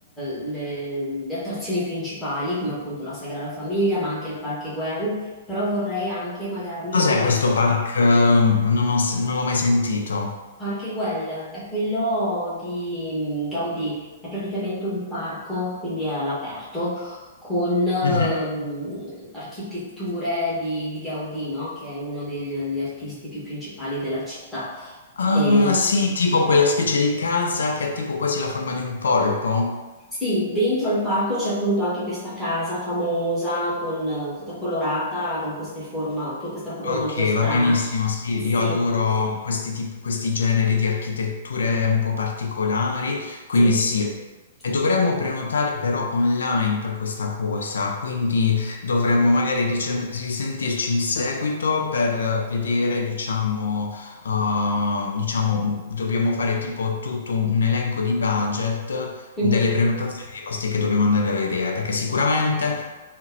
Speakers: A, in the centre; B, on the left.
A: le, le attrazioni principali, come appunto la Sagrada Famiglia, ma anche il Parque Güell, però vorrei anche magari
B: Cos'è questo park? eh, Non ho s- non l'ho mai sentito.
A: Parque Güell, è quello di mm, Gaudì, è praticamente un parco, quindi è all'aperto, con ehm,
B: Mhm.
A: architetture di, di Gaudì, no? Che è uno degli, degli artisti più principali della città.
B: Ah,
A: E
B: sì, tipo quella specie di casa che ha tipo quasi la forma di un polpo.
A: Sì, dentro al parco c'è appunto anche questa casa famosa, con, eh, tutta colorata, con queste forma, con questa forma
B: Ok,
A: molto strana.
B: va benissimo, sì,
A: Sì,
B: io adoro questi, tip- questi generi di architetture un po' particolari,
A: sì.
B: quindi sì. E dovremmo
A: E-
B: prenotare però online per questa cosa, quindi dovremmo magari rice- risentirci in seguito per vedere, diciamo, uh, diciamo, dobbiamo fare tipo tutto un elenco di budget
A: mhm,
B: delle prenotazioni dei posti che dobbiamo andare a vedere, perché sicuramente